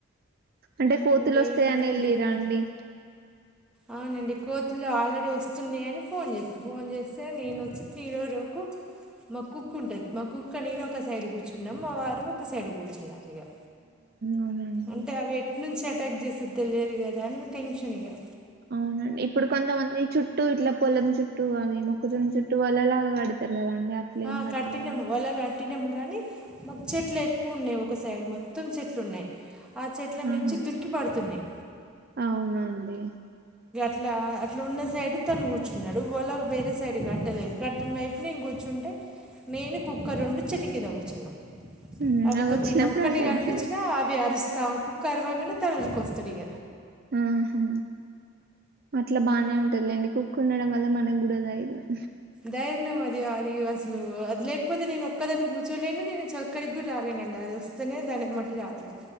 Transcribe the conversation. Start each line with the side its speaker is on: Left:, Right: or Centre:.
Right: అంటే కోతులు
Centre: ఇంకేముందంటే
Right: వస్తాయని వెళ్ళిరా
Centre: ఏం లేదు
Right: అండి
Centre: అవునండి కోతులు ఆల్రెడీ వస్తుంనాయని ఫోన్ చేసిన ఫోన్ చే స్తే నేను వచ్చి తీరోరోకు మా కుక్క ఉంటది మా కుక్క నేను ఒక సైడ్ కూర్చునం మా వారు ఒక సైడ్ కూర్చున్నారు ఇగా
Right: అవునండి
Centre: అంటే అవి నుంచి అటాక్ చేసద్ తెలియదు కదా అని టెన్షన్ ఇగా
Right: అవునండి ఇప్పుడు కొంతమంది చుట్టూ ఇట్లా పొలం చుట్టూ అది మొక్కజున్న చుట్టూ వాలలాగా కడతారు కదా అండి అట్లేం
Centre: ఆ
Right: కట్టలేదా
Centre: కట్టినాం వల కట్టినాము గానీ మాకు చెట్లు ఎక్కువ ఉన్నాయి ఒక సైడ్ మొత్తం చెట్లు ఉన్నాయి ఆ చెట్ల
Right: ఆహా
Centre: మించి దునికి పడుతున్నాయి
Right: అవునా అండి
Centre: ఇట్లా అట్లా ఉన్న సైడ్ తను కూర్చున్నాడు వలా వేరే సైడ్ ది కట్టలేదు కట్టిన వైపు నేను కూర్చు కూర్చుంటే నేను కుక్క రెండు చెట్టు కింద కూర్చున్నాం
Right: హ్మ్
Centre: అవి కొద్దిగా
Right: వచ్చినప్పుడు
Centre: ఒక్కటిగా
Right: అటాక్
Centre: కనిపించినా
Right: చేయొచ్చు
Centre: అవి అరుస్త కుక్కా అరవంగానే తను ఊరుకు వస్తడిగ
Right: ఆ హు అట్లా బానే ఉంటది లేండి కుక్క ఉండడం వల్ల మనం కూడా ధైర్యం
Centre: ధైర్య్నం అది అది అది అసలు అది లేకపోతే నేను ఒక్కదాన్ని కూర్చోలేను నేను చక్కడికి గు రాలేనండి అది వస్తేనే దాన్ని బట్టి రావడం